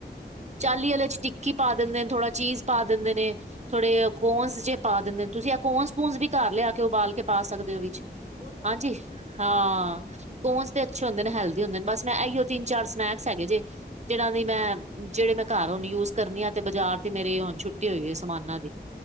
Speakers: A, on the right; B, on the left.
A: ਚਾਲੀ ਵਾਲੇ ਚ, ਟਿੱਕੀ ਪਾ ਦਿੰਦੇ ਨੇ, ਥੋੜਾ ਚੀਜ਼ ਪਾ ਦਿੰਦੇ ਨੇ ਥੋੜੇ, ਅ ਕੋਨਸ ਜੇ ਪਾ ਦਿੰਦੇ ਨੇ, ਤੁਸੀਂ ਆ ਕੋਨਸ- ਕੂਨਸ ਵੀ ਘਰ ਲਿਆ ਕੇ ਉਬਾਲ ਕੇ- ਪਾ ਸਕਦੇ ਹੋ ਵਿਚ,
B: ਹਾਂਜੀ ਉਹ ਤੇ
A: ਹਾਂਜੀ
B: ਰੱਖੇ ਹੋਏ ਨੇ,
A: ਹਾਂ, ਕੋਨਸ ਤੇ ਅੱਛੇ ਹੁੰਦੇ ਨੇ ਹੈਲਦੀ, ਹੁੰਦੇ ਨੇ ਬਸ- ਮੈਂ ਇਹੀਓ, ਤਿੰਨ ਚਾਰ ਸਨੈਕਸ ਹੈਗੇ ਜੇ ਜਿਹੜਾ ਦੀ ਮੈ ਜਿਹੜੇ ਮੈ ਘਰ, ਹ ਯੂਜ ਕਰਨੀ ਆ ਤੇ ਬਾਜਾਰ ਦੀ ਮੇਰੀ ਹੁਣ, ਛੁੱਟੀ ਹੋਈ ਸਮਾਨਾਂ ਦੀ